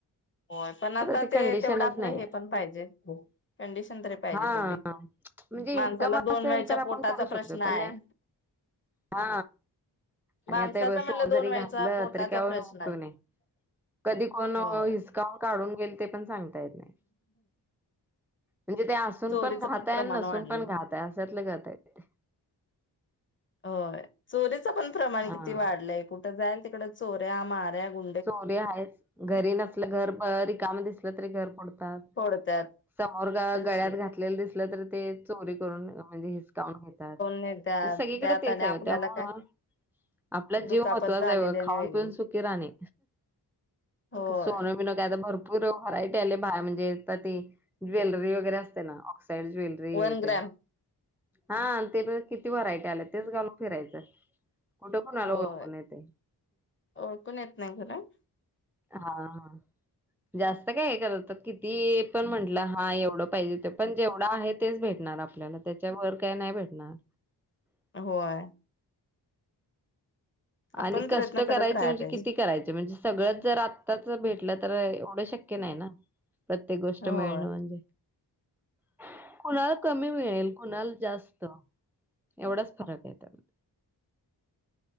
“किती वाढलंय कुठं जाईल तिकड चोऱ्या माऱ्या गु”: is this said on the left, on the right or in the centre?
Left